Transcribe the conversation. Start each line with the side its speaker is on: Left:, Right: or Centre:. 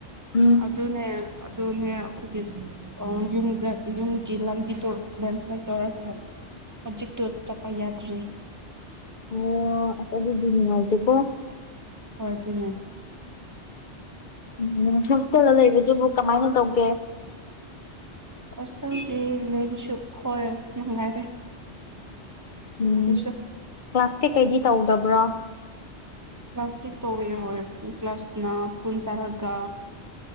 Left: ꯎꯝ
Right: ꯑꯗꯨꯅꯦ ꯑꯗꯨꯅꯦ ꯑꯩꯈꯣꯏꯒꯤ ꯌꯨꯝꯗ ꯌꯨꯝꯒꯤ ꯂꯝꯕꯤꯗꯣ ꯂꯦꯟꯁ꯭ꯂꯥꯏꯠ ꯇꯧꯔ ꯀ ꯍꯥꯏꯅꯤ ꯍꯧꯖꯤꯛ ꯇꯨꯔ ꯆꯄ ꯌꯥꯗ꯭ꯔꯔꯤ
Left: ꯑꯣ ꯑ ꯑꯗꯨꯗꯤ ꯅꯤꯡ ꯉꯎꯇ ꯄ
Right: ꯍ ꯑꯗꯨꯅꯦ
Left: ꯎꯝ ꯍꯣꯁꯇꯦꯜꯗ ꯂꯩꯕꯗꯨꯕꯨ ꯀꯃꯥꯏꯅ ꯇꯧꯕ
Right: ꯍꯁꯇꯦꯜꯗꯤ ꯂꯩꯕꯤꯁꯨ ꯍꯣꯏ ꯅꯨꯡꯉꯥꯏꯔꯦ
Left: ꯎꯝ
Right: ꯑꯗꯨꯁꯨ
Left: ꯀ꯭ꯂꯥꯁ ꯀꯩꯀꯩꯗꯤ ꯇꯧꯗꯕ꯭ꯔꯣ
Right: ꯀ꯭ꯂ꯭ꯂꯥꯁꯇꯤꯛ ꯇꯧꯋꯤ ꯌꯥꯎꯋꯦꯨꯡ ꯀ꯭ꯂ꯭ꯂꯥꯁꯅ ꯄꯨꯟ ꯇꯔꯥꯒ